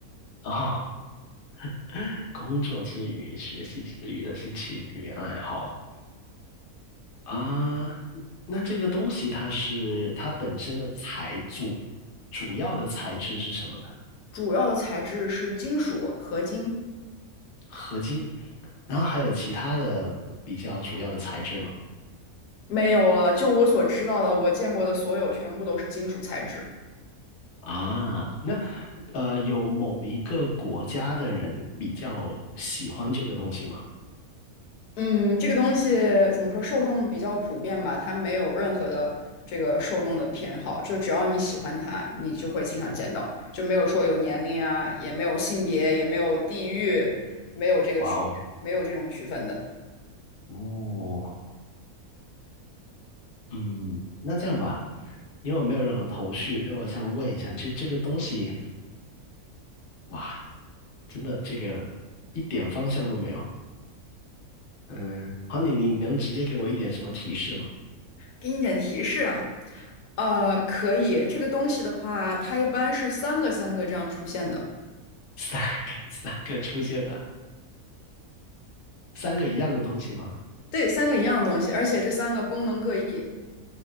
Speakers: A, on the left (about 45°); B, on the left (about 80°).
A: 啊 <laughs>，工作之余、学习之余的兴趣与爱好啊？那这个东西它是它本身的材主主要的材质是什么呢？
B: 主要的材质是金属合金。
A: 合金，然后还有其他的比较主要的材质吗？
B: 没有了，就我所知道的，我见过的所有全部都是金属材质。
A: 啊，那呃，有某一个国家的人比较喜欢这个东西吗？
B: 嗯，这个东西怎么说，受众比较普遍吧，它没有任何的这个受众的偏好，就只要你喜欢它，你就会经常见到，就没有说有年龄啊，也没有性别，也没有地域，没有这个区别，
A: 哇哦，
B: 没有这种区分的。
A: 哦，嗯，那这样吧，因为我没有任何头绪，那我想问一下，就这个东西，哇，真的这个一点方向都没有。嗯，好，你你能直接给我一点什么提示吗？
B: 给你点提示啊，呃，可以，这个东西的话，它一般是三个三个这样出现的，
A: <laughs> 三个三个出现的，三个一样的东西吗？
B: 对，三个一样的东西，而且这三个功能各异。